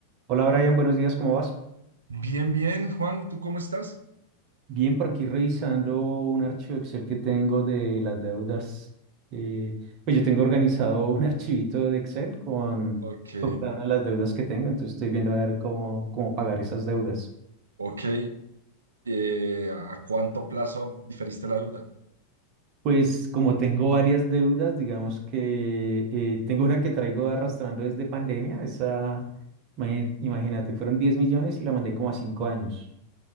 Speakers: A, on the right; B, on the right.
A: Hola Brian, buenos días, ¿cómo vas?
B: Bien, bien, Juan, ¿tú cómo estás?
A: Bien, por aquí revisando un archivo Excel que tengo de las deudas. eh, pues yo tengo organizado un <laughs> archivito de Excel con,
B: Ok,
A: con cada una de las deudas que tengo, entonces estoy viendo a ver cómo, cómo pagar esas deudas.
B: ok. eh, ¿a cuánto plazo diferiste la deuda?
A: Pues como tengo varias deudas, digamos que eh, tengo una que traigo arrastrando desde pandemia, esa, imagi- imagínate, fueron 10 millones y la mandé como a 5 años.